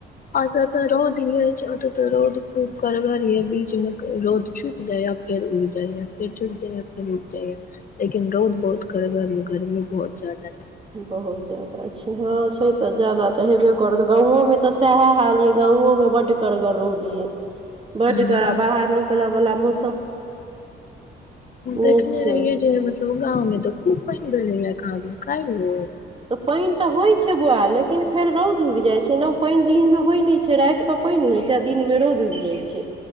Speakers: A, on the left (about 45°); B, on the right (about 25°).
A: आत तऽ रौद ई छै ओ तऽ रौद खूब करगर ये बीचमे रौद छुप जाय या फेर उग जाय या फेर छुप जाय आ फेर उड़ जाय या लेकिन रौद बहुत करगर गर्मी बहुत ज्यादा या
B: बहुत ज्यदा छै हँ छै तऽ ज्यादा तऽ हेबे करत गाँवे मे तऽ सएहे हाल ये गाँवे मे बड करगड़ रौद ये बड
A: अ
B: करा बाहर निकलब बला म नहि
A: देखने
B: छै
A: रहियै जे मतलब गाँमे तऽ खूब पैन भेललैय कहादिन कलिएह
B: पैन त होय छै बौआ लेकिन फेर रौद उइग जाय छै न पैन दिन मे होय न छै राति के पैन हो छै दिनमे रौद उग जाइ छै